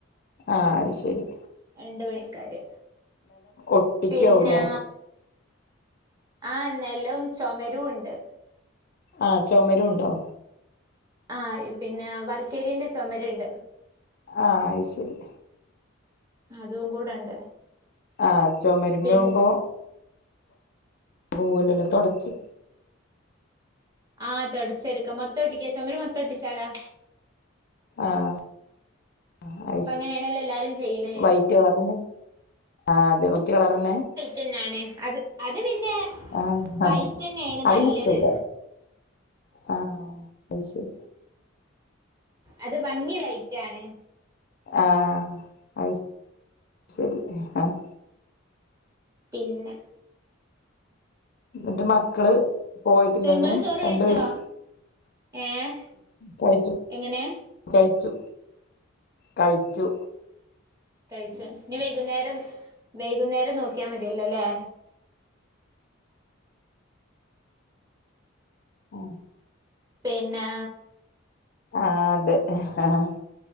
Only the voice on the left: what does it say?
ആഹ് അയ്ശരി
ഒട്ടിക്കാവൂലേ
ആഹ് ചൊമരുണ്ടോ?
ആഹ് അയ്ശരി
ആഹ് ചൊമരുമ്മേ
ആവുമ്പോ <unintelligible> തൊടച്ച്
ആഹ് ആഹ് അയ്ശ
വൈറ്റാ പറയണ്‌ ആഹ് അതെ വൈറ്റ് കളറന്നേ
ആഹ്
അതിന്
സുഖാ ആഹ് അത് ശരി
ആഹ് അ ശരി ആഹ്
എന്നിട്ട് മക്കള് പോയിട്ടില്ലെന്ന്
രണ്ടുപേരും
കഴിച്ചു
കഴിച്ചു കഴിച്ചു
ആഹ്
ആഹ് അതെ ആഹ്